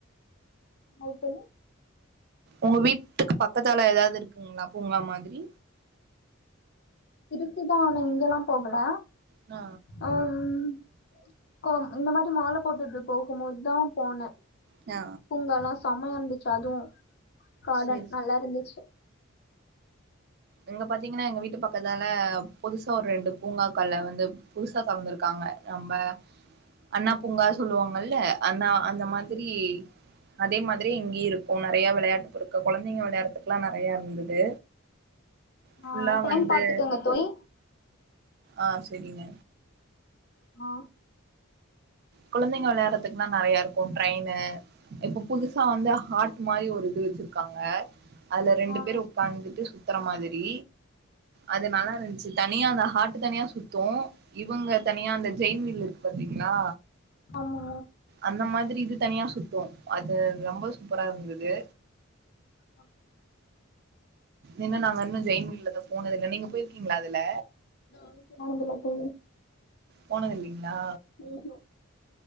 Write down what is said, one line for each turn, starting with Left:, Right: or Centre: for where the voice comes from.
Left: என்னது தோழி
Right: ஒங்க வீட்டுக்கு பக்கத்தால எதாவ்து இருக்குங்ளா பூங்கா மாதிரி
Left: இருக்குதா ஆனா இங்களா போகல
Right: ஆ
Left: அம் கோம் இந்த மாரி மால போட்டுட்டு போகுமோதுதா போன
Right: ஆ
Left: பூங்காலா சமையா இருந்துச்சு அதுவு கார்டன்
Right: சேரி சேரி.
Left: நல்லா இருந்துச்சு
Right: இங்க பாத்தீங்கனா எங்க வீட்டு பக்கத்தால புதுசா ஒரு ரெண்டு பூங்காக்கள்ல வந்து புதுசா தொறந்திருக்காங்க நம்ம அண்ணா பூங்கா சொல்லுவாங்கள்ல அண்ணா அந்த மா திரி அதே மாதிரி இங்கெயூ இருக்கோ நெறய வெளையாட் பொருக்க கொழந்தைங்க விளையாட்ரதுக்கலா நெறய இருந்தது ஃபுல்லா
Left: ஆ டைம்
Right: வந்து
Left: பாத்துக்கோங்க தோழி
Right: ஆ சரிங்க
Left: ஆ
Right: குழந்தைங்க விளையாட்றதுக்குன்னா நெறயா இருக்கூ ட்ரெயின்னு இப்ப புதுசா வந்து ஹார்ட் மாரி ஒரு இது வச்சிருக்காங்க அதுல ரெண்டு
Left: ஆ
Right: பேர் உக்கார்ந்துட்டு சுத்துற மாதிரி அது நல்லா இருந்துச்சு தனியா அது ஹார்ட்டு தனியா சுத் தோ இவங்க தனியா அந்த ஜெயின்ட் வீல் இருக் பாத்தீங்களா
Left: ஆமா
Right: அந்த மாதிரி இது தனியா சுத்தூ அது ரொம்ப சூப்பரா இருந்தது
Left: அ
Right: இன்னும் நாங்க இன்னூம் ஜெயின்ட் வீல்ல போனது இல்ல நீங்க போயிருக்கீங்களா அதுல
Left: நானூ போனது இல்ல தோழி
Right: போனத்தில்லிங்களா
Left: ம் ஹும்